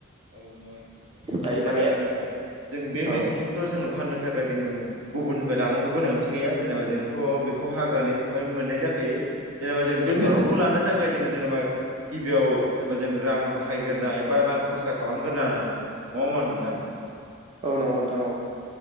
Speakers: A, on the right; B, on the right.
A: औ <unintelligible>
B: दायो
A: जेनेबा
B: माने
A: जोङो जों बे मैगंखौथ'
B: औ
A: जोङो फाननो थाखाय जोंङो गुबुननिफ्राय लानांगौ गोनांथि गैया, जेनेबा जोंथ' खौ हाग्रानिफ्राय मोननाय जाखायो। जेनेबा जों बे मैगंखौ
B: औ
A: लानो थाखाय जों जेनेबा गिबियाव जेनेबा जों रां बाहायग्रोना एबा रां खरसा खालामग्रोनाङो नङा होनबा नोंथां
B: औ नंगौ नोंथां औ